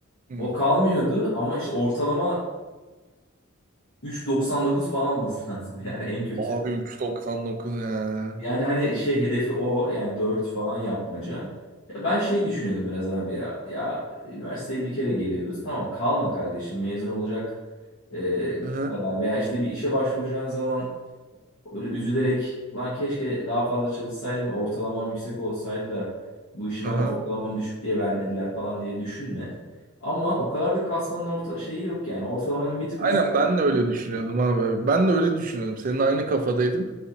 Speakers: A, on the right; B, on the left.
A: Hı.
B: O kalmıyordu ama işte ortalamayı 3.99 falan olması <laughs> lazım yani en kötü.
A: Abi üç doksan dokuz ya.
B: Yani hani şey hedefi o yani 4 falan yapmaca. Ya ben şey düşünüyordum biraz abi ya. Ya üniversiteye bir kere geliyoruz. Tamam kalma kardeşim mezun olacak e,
A: Aha,
B: kadar veya işte bir işe başvuracağın zaman öyle üzülerek lan keşke daha fazla çalışsaydım da ortalamam yüksek olsaydı da bu işi
A: aha.
B: bana ortalamam düşük diye vermediler falan diye düşünme. Ama o kadar da kasmanın orta şeyi yok yani. Ortalamanın bir tık
A: Aynen
B: üstü.
A: ben de öyle düşünüyordum abi. Ben de öyle düşünüyordum. Senin aynı kafadaydım.